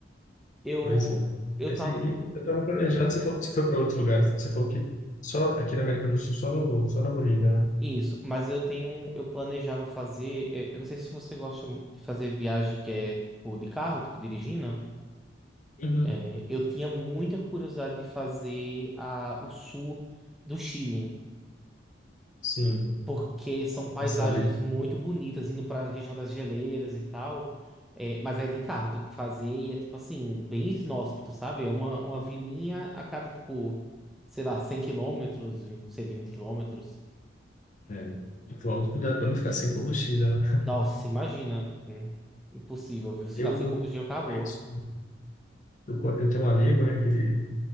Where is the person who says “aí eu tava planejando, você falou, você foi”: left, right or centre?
Left